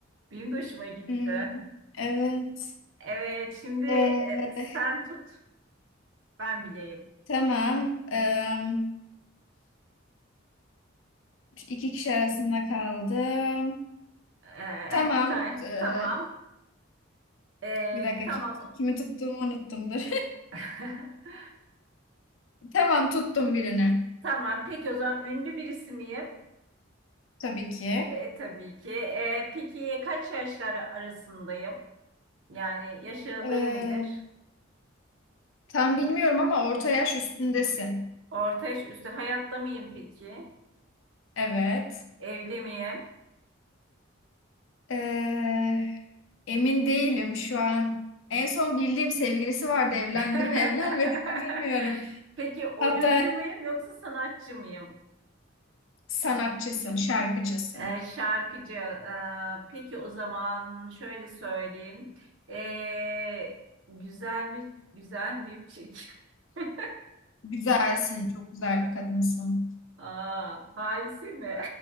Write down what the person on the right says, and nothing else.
Benim de hoşuma gitti.
Evet, şimdi e,
sen tut. Ben bileyim.
E, <laughs>
bir tane.
Tamam. E,
tamam.
<laughs>
Tamam, peki o zaman ünlü birisi miyim?
E, tabii ki. E, peki kaç yaşları arasındayım? Yani yaş aralığım
nedir?
Orta yaş üstü hayatta mıyım peki?
Evli miyim?
<laughs>
Peki oyuncu
muyum yoksa sanatçı mıyım?
E, şarkıcı. E, peki o zaman şöyle söyleyeyim. E, güzel mi? Güzel miyim? Çirkin. <laughs>
Aa, halisi mi?